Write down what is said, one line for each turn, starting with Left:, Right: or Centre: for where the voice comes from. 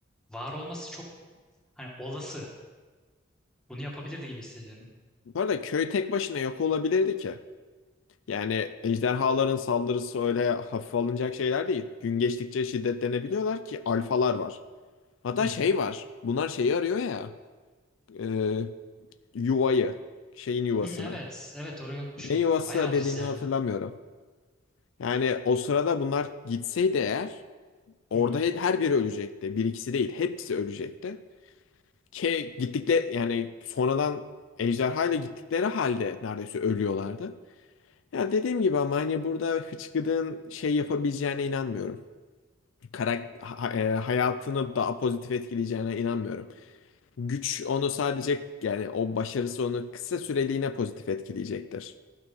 Centre: var olması çok hani olası. Bunu yapabilirdi gibi hissediyorum.
Left: Bu arada köy tek başına yok olabilirdi ki. Yani ejderhaların saldırısı öyle hafife alınacak şeyler değil. Gün geçtikçe şiddetlenebiliyorlar ki alfalar var. Hatta
Centre: Hı hı.
Left: şey var. Bunlar şeyi arıyor ya. e, yuvayı, şeyin yuvasını.
Centre: Hı, evet, evet orayı unutmuşum.
Left: Ne yuvası
Centre: Bayağı oldu
Left: dediğini
Centre: izleyeli.
Left: hatırlamıyorum. Yani o sırada bunlar gitseydi eğer orada
Centre: Hı hı.
Left: he- her biri ölecekti. Bir ikisi değil, hepsi ölecekti. Ki gittikleri yani sonradan ejderhayla gittikleri halde neredeyse ölüyorlardı. Ya dediğim gibi ama hani burada Hıçkıdık'ın şey yapabileceğine inanmıyorum. Karak ha- e, hayatını daha pozitif etkileyeceğine inanmıyorum. Güç onu sadece yani o başarısı onu kısa süreliğine pozitif etkileyecektir.